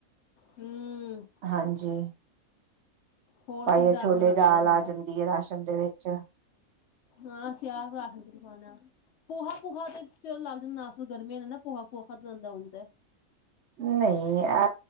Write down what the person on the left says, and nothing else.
ਹੂੰ
ਹੋਰ
ਕਿਹੜੀ ਦਾਲ
ਬਣਾਉਂਦੇ
ਹੋ ਜ਼ਿਆਦਾ
ਹਾਂ ਅਸੀੰ ਆਪ ਰਾਸ਼ਨ ਚ ਲਖਉਣੇ ਹ ਪੂਹਾ- ਪੂਹਾ ਤੇ ਲੱਗ ਜਾਂਦਾ ਨਾ ਗਰਮੀ ਨਾ ਪੂਆ ਪੋਹਾਾ ਗੰਦਾ ਹੁੰਦਾ